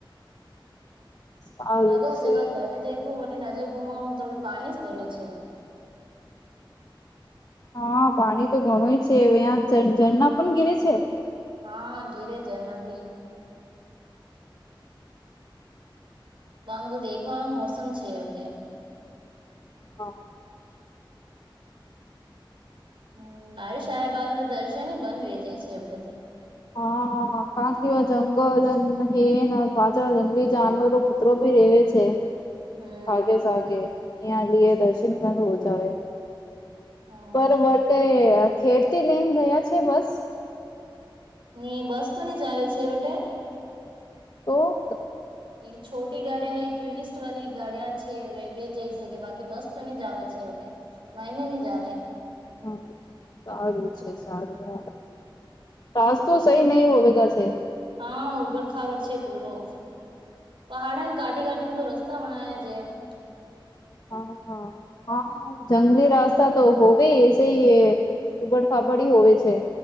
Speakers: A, on the left (about 50°); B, on the right (about 75°).
A: સારું
B: જગા
A: છે
B: જગા થેખું પી નજર ગુમાવો તોોડ પાણી જ ભર્યું છે.
A: હા પાણી તો ઘણુંય છે અહં ઝરના પણ ઘિરે છે
B: હા ગિરેજ ન ભી માંધ તો દેનો મોસમ છે ઉટે
A: હા.
B: હ બારશહે બા તો દર્શન બંધ વહી જાય છે એ
A: હા ક કવા જંગલ હન પાછ જંગલી જાનવરો મ ભી રેવે છે
B: હમ
A: થાગે સાાગે ્યાં લઈએ દર્શન બ હો જાવ
B: હા.
A: બરોબટે ખેડથી લઈને ગયા છે બસ.
B: ની બસ તો નની જ આવે છે એટે
A: ઓ <unintelligible>
B: એ છોટી ગાડીિયા હ ટુરિસ્ટ વાળી ગાડીિયા છે બે જઈ શકે બાકી બસ તો ન જ આવે છે એ. મહને નની જવે
A: હ સારું છે સારું. રાાસ તો સહી નહી હોવેગ જે
B: હા ઉબડ ખબડ છે પૂરો. પહાડા કાટીી કાટીીને તો રસ્તા બણાયા જૈન. <inaudible>
A: હા હા જંગલી રાસ્તા તો હોવેશે એ ઉગડ ફાપડી હોવે છે.